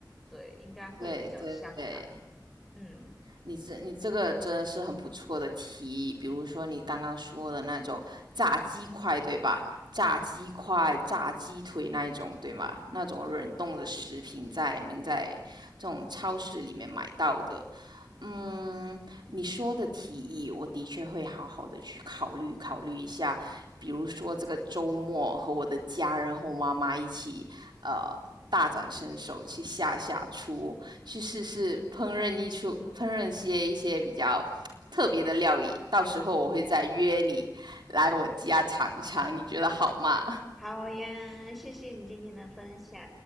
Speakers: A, in the centre; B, on the right.
A: 对，应该会比较香吧。
B: 对对，
A: 嗯，
B: 你这你这个真的是很不错的提议，比如说你刚刚说的那种炸鸡块，对吧？炸鸡块、炸鸡腿那一种，对吗？那种冷冻的食品在能在这种超市里面买到的。嗯，你说的提议，我的确会好好的去考虑考虑一下。比如说这个周末和我的家人和我妈妈一起，呃，大展身手去下下厨，去试试烹饪一出烹饪些一些比较特别的料理，到时候我会再约你来我家尝尝，你觉得好吗？
A: 好呀，谢谢你今天的分享，